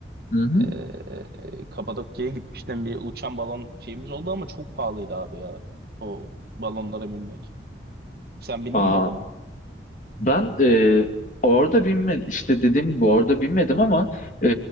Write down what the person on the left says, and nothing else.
Hı hı.
Aa,
ben e, orada binmedim işte dediğim gibi orada binmedim ama e,